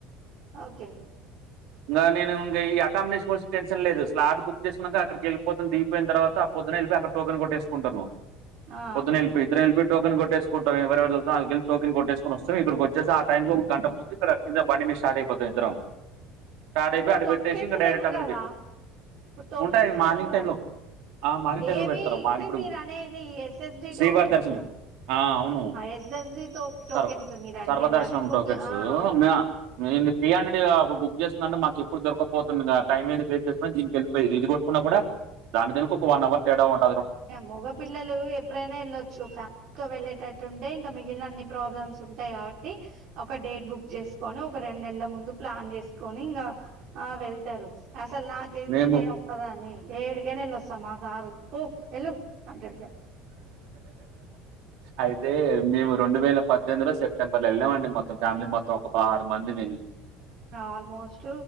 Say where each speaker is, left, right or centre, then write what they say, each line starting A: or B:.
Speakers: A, on the right; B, on the right.
A: ఓకే
B: ఇం నేను ఇంకా ఈ అకామిడేషన్ కోస టెన్షన్ లేదు స్లాట్ బుక్ చేసుకున్నాక అక్కడికి వెళ్ళిపోతుంది తీగిపోయిన తర్వాత పొద్దునా వెళ్లిపోయి అక్కడ టోకన్ కొట్టేకుంటా్
A: ఆ
B: పొద్దునా వెళ్ళిపోయి ట్రై టోకన్ కొట్టేకుంటాం ఎవెవరు ఆల్కలే కొట్టేసుకుని వస్తం ఇక్కడి వచ్చే టైం ఒక గంట ముంది ఇక్కడ కింద బ స్టార్ట్ అయిపోతాం ఇత్తరం స్టార్ట్
A: ఇప్పుడు
B: అయిపోయి అడి
A: టోకెన్స్
B: పెట్టేసి ఇంకా డైరెక్ట్
A: లేవు
B: అక్కడికి
A: కదా ఇప్పుడు టోకెన్స్
B: ఉంటాయి మార్నింగ్
A: లేవుగా
B: టైమ్ లో ఆ మాది టై
A: ఏవి
B: లో పెడతారు
A: ఇవి
B: మాది ఇప్పుడు
A: మీరు అనేది ఎస్ఎస్డి
B: శ్రీవారి
A: టోకెన్స్
B: దర్శనం ఆ అవును
A: ఎస్ఎస్డి టో టోకెన్స్
B: సర్వ
A: మీరు అడిగేది
B: సర్వదర్శనం
A: అవి పొద్దు
B: టోకెన్సు
A: ఆ
B: మ నేను త్రీ హండ్రెడ్ బుక్ చేస్తుందింే మాకు ఎప్పుడు దొరకపోతుంది టైం ఏది పే చేస్తుందిని దీనికి వెళ్ళిపోయింది ఇది కూడా కూడా దాని దీనికి ఒక వన్ అవర్ తేడా ఉంటంది
A: మగ పిల్లలు ఎప్పుడైనా వెళ్ళొచ్చు ఫ ఫ్యామిలీ తో వెళ్ళేటట్టుంటే ఇంకా మిగిలిన అన్ని ప్రాబ్లమ్స్ ఉంటాయి కాబట్టి ఒక డేట్ బుక్ చేసుకొని ఒక రెండు నెలల ముందు ప్లాన్ చేసుకొని ఇంకా ఆ వెళ్తారు అసలు నాకైతే
B: మేము
A: నేను ఒక్కదానే ఏడుకైనా వస్తాం మా సారు పో ఎళ్ళు అంటడు
B: అయితే మేము రెండు వేల పద్దెనిమిదిలో సెప్టెంబర్ వెళ్ళామండి మొత్తం ఫ్యామిలీ మొత్తం ఒక బ మందిని
A: ఆల్మోస్ట్